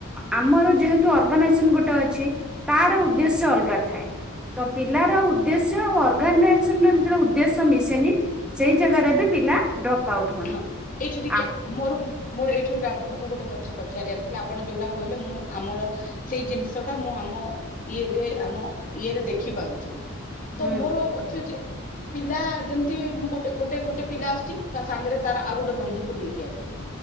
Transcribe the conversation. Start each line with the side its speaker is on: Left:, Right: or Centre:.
Centre: ଆମର ଯେହେତୁ ଅର୍ଗାନାଇଜେସନ ଗୋଟେ ଅଛି। ତାର ଉଦ୍ଦେଶ୍ୟ ଅଲଗା ଥାଏ। ତ ପିଲାର ଉଦ୍ଦେଶ୍ୟ ଅର୍ଗାନାଇଜେସନ ର ଯେତେବେଳେ ଉଦ୍ଦେଶ୍ୟ ମିଶେନି ସେଇ ଜାଗା ରେ ବି ପିଲା ଡ୍ରପ୍ ଆଉଟ୍ ହୁଅନ୍ତି।
Left: ହଁ ଏଇଠି ଟିକେ
Centre: ଆ
Left: ମୋର ମୋର ଏଇଠି ଗୋଟେ ଆପଣଙ୍କୁ ଗୋଟେ କଥା ପଚାରିବାର ଥିଲା ଆପଣ ଯୋଉଟା କହିଲେ ମୁଁ ଆମର ସେଇ ଜିନିଷ ଟା ମୁଁ ଆମ ଇଏରେ ଆମ ଇଏରେ ଦେଖି ପାରୁଛି। ତ
Centre: ହୁଁ
Left: ମୋର କୋଚ ଅଛି ଯେ ପିଲା ଯେମିତି ମୁଁ ଗୋଟେ ଗୋଟେ ଗୋଟେ ପିଲା ଆସୁଛି ତା ସାଙ୍ଗରେ ତାର ଆଉ ଗୋଟେ ବନ୍ଧୁକୁ ନେଇକି ଆସିଛି